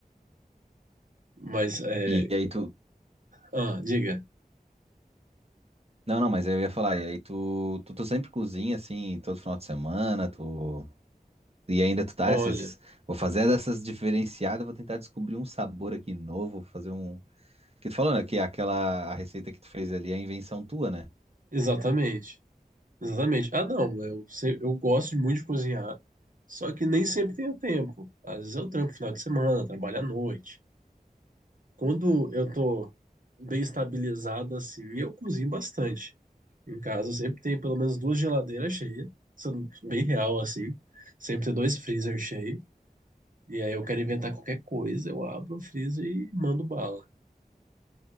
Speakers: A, on the right (about 60°); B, on the right (about 40°).
A: Mas, é...
B: E aí tu.
A: Ah, diga.
B: Não, não, mas eu ia falar. E aí tu. Tu, tu sempre cozinha assim, todo final de semana, tu. E ainda tu tá
A: Olha,
B: essas. Vou fazer dessas diferenciadas, vou tentar descobrir um sabor aqui novo, vou fazer um. Que tu falou, né? Que aquela a receita que tu fez ali é a invenção tua, né?
A: exatamente. Exatamente. Ah, não, eu, sei- eu gosto muito de cozinhar, só que nem sempre tenho tempo. Às vezes eu trampo final de semana, trabalho à noite. Quando eu tô bem estabilizado assim, eu cozinho bastante. Em casa eu sempre tem pelo menos duas geladeiras cheias, sendo bem real assim. Sempre tem dois freezer cheios. E aí eu quero inventar qualquer coisa, eu abro o freezer e mando bala.